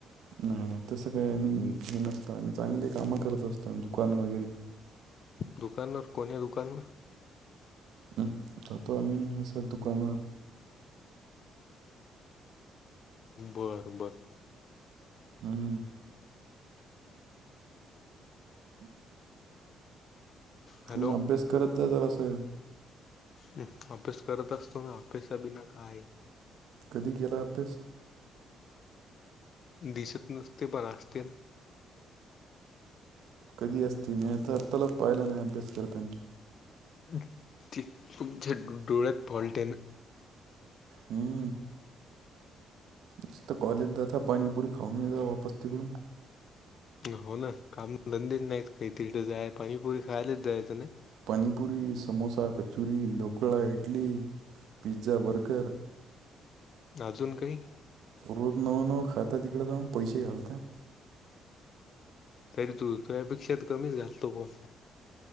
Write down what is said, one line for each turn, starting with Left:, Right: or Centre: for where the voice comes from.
Right: हम्म. तसं काही नाही हे नसत. आम्ही चांगले काम करत असतो दुकान वगैरे-
Left: दुकानातं कोण दुकान <unintelligible>
Right: हम्. <unintelligible>
Left: बरं बरं.
Right: हम्म. <inaudible>
Left: हॅलो
Right: तु्ही
Left: हं,
Right: अभ्यास करत जा जरास असं.
Left: म अभ्यास करत असतो ना अभ्यासा बीना काय हाय?
Right: कधी गेला होतास?
Left: दिसत नसते पण असते.
Right: कधी असते? मी त आता तलक पाहिल नाही अभ्यास करताना.
Left: त तुमच्या डोळ्यात फॉल्टयेना.
Right: हम्म. नुसत कॉलेज जाता. पाणीपुरी खाऊन <unintelligible> वापस तिकडून.
Left: हो ना. काम धंदेच नाहीत काही. तिथं जाय पाणीपुरी खायलाच जायचं नाही?
Right: Panipuri, samosa, kachori, dhokla, idli, pizza, burger.
Left: अजून काही?
Right: रोज नवं नव खाता तिकडे जाऊन. पैसे घालता.
Left: तरी तू तु्यापेक्षा तर कमी घालतो बुवा.